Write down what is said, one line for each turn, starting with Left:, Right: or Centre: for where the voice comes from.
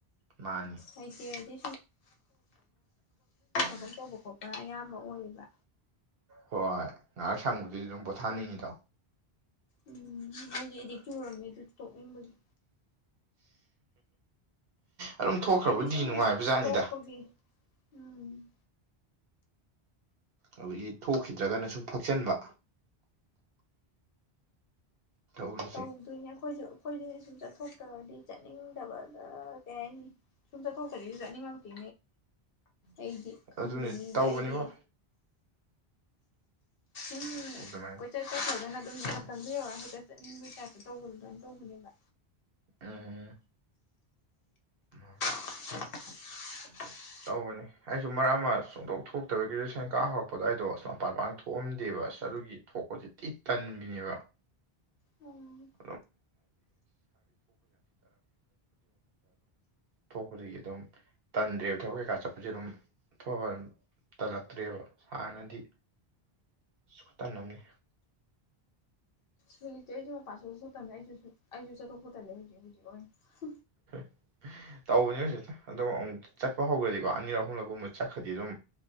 Right: ꯃꯥꯅꯤ
Left: ꯑꯦ ꯁ ꯇ ꯊ ꯊ ꯇ ꯑꯌꯥꯝꯕ ꯑꯣꯏꯔꯤꯕ
Right: ꯍꯣꯏ ꯉꯥꯏꯍꯥꯛ ꯁꯪꯕꯗꯨꯗꯤ ꯑꯗꯨꯝ ꯄꯣꯊꯥꯅꯤꯡꯉꯤꯗꯣ
Left: ꯎꯝ ꯃꯣꯏꯗꯤꯦ ꯑꯦꯗꯤꯛꯇꯤ ꯎꯔꯝꯃꯦ ꯑꯗꯨ ꯇꯣꯛꯅꯤꯡꯕꯁ
Right: ꯑꯗꯨꯝ ꯊꯣꯛꯈ꯭ꯔꯕꯨꯗꯤ
Left: ꯍꯥꯏꯗꯤ ꯁꯨꯝ
Right: ꯅꯨꯡꯉꯥꯏꯕꯖꯥꯠꯅꯤꯗ
Left: ꯊꯣꯛꯄꯒꯤ ꯎꯝ
Right: ꯑꯗꯨꯗꯒꯤ ꯊꯣꯛꯈꯤꯗ꯭ꯔꯒꯅ ꯁꯨꯝ ꯐꯛꯆꯟꯕ ꯇꯧꯔꯤꯁꯦ
Left: ꯇꯧꯗꯣꯏꯅꯦ ꯑꯩꯈꯣꯏꯁꯨ ꯑꯩꯈꯣꯏꯁꯦ ꯁꯨꯝ ꯆꯠꯊꯣꯛꯇ꯭ꯔꯗꯤ ꯆꯠꯅꯤꯡꯗꯕꯅ ꯀꯩ ꯍꯥꯏꯅꯤ ꯁꯨꯝ ꯆꯠꯊꯣꯛꯇꯗꯤꯁꯨ ꯆꯠꯅꯤꯡꯉꯝꯛꯇꯦ ꯑꯩꯗꯤ ꯈꯪꯗ꯭
Right: ꯑꯗꯨꯅꯤ
Left: ꯃꯤꯗꯤ
Right: ꯇꯧꯕꯅꯤꯕꯣ
Left: ꯑꯩꯗꯤ ꯎꯝ
Right: ꯑꯗꯨꯃꯥꯏꯅ
Left: ꯀꯣꯏꯆꯠ ꯆꯠꯊꯧꯗꯅ ꯑꯗꯨꯝꯔ ꯇꯝꯕꯤꯌꯣ ꯍꯥꯏꯠ ꯆꯕꯩꯇꯁꯨ ꯇꯧꯕꯅ ꯂꯣꯏꯅ ꯇꯧꯕꯅꯦꯕꯥ
Right: ꯎꯝ ꯎꯝ ꯑꯥ
Left: <unintelligible>
Right: ꯇꯧꯕꯅꯤ ꯑꯩꯁꯨ ꯃꯔꯛ ꯑꯃ ꯁꯨꯛꯊ‌ꯣꯛ ꯊꯣꯛꯇꯕꯒꯤꯒꯦꯖꯨꯁꯟ ꯀꯥ ꯍꯧꯔꯛꯄꯗ ꯑꯩꯗꯣꯁ ꯃꯄꯥꯟ ꯃꯥꯡꯗ ꯊꯣꯛꯑꯝꯗꯦꯕ ꯑꯗꯨꯒꯤ ꯊꯣꯛꯄꯁꯦ ꯇꯤ ꯇꯟꯕꯤꯅꯦꯕ
Left: ꯎꯝ
Right: <unintelligible> ꯊꯣꯛꯄꯗꯒꯤ ꯑꯗꯨꯝ ꯇꯟꯗ꯭ꯔꯦꯕꯥ ꯊꯕꯛ ꯀꯩꯀꯥ ꯆꯠꯄꯁꯦ ꯑꯗꯨꯝ ꯑꯐꯕꯥ ꯇꯜꯂꯛꯇ꯭ꯔꯦꯕ ꯍꯥꯟꯅꯗꯤ ꯑꯁ ꯈꯇꯟꯑꯃꯅꯤ
Left: ꯍꯧꯖꯤꯛꯇꯤ ꯑꯩꯁꯨ ꯃꯄꯥꯟꯅꯦ ꯑꯩꯁꯨ ꯑꯩꯁꯨ ꯆꯠꯊꯣꯛꯄ ꯇꯜꯂꯦ ꯍꯧꯖꯤꯛ ꯍꯧꯖꯤꯛ ꯑꯣꯏꯅ
Right: <inaudible> ꯇꯧꯕꯅꯦ ꯍꯧꯖꯤꯛꯇ ꯑꯗꯣ ꯑꯃꯨꯛ ꯆꯠꯄ ꯍꯧꯈ꯭ꯔꯗꯤꯀꯣ ꯑꯅꯤꯔꯛ ꯑꯍꯨꯝꯂꯛꯀꯨꯝꯕ ꯆꯠꯈ꯭ꯔꯗꯤ ꯑꯗꯨꯝ